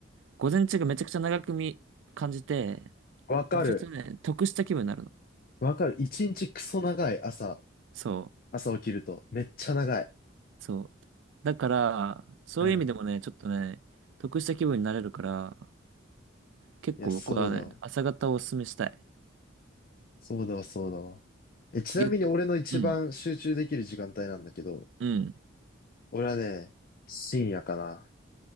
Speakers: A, on the right; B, on the left.
A: 午前中がめちゃくちゃ長く見、感じて、
B: わかる。
A: めちゃくちゃね、得した気分になるの。
B: わかる。一日クソ長い朝、
A: そ
B: 朝起きると。めっちゃ長い。
A: う、そう。だから、そういう意味でもね、
B: うん。
A: ちょっとね、得した気分になれるから、結構僕はね、
B: いや、そうだわ。
A: 朝方をおすすめしたい。
B: そうだわ、そうだわ。え、ちなみに俺の一番集中できる時間帯なんだけど、
A: 逆、うん。うん。
B: 俺はね、深夜かな。